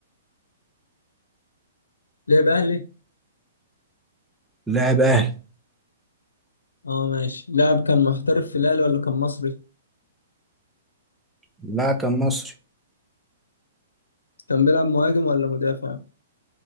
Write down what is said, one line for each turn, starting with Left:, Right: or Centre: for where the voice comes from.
Left: لعب أهلي؟
Centre: لاعب اهلي
Left: اه ماشي لاعب كان محترف في الأهلي ولا كان مصري؟
Centre: لا كان مصري
Left: كان بيلعب مهاجم ولا مدافع؟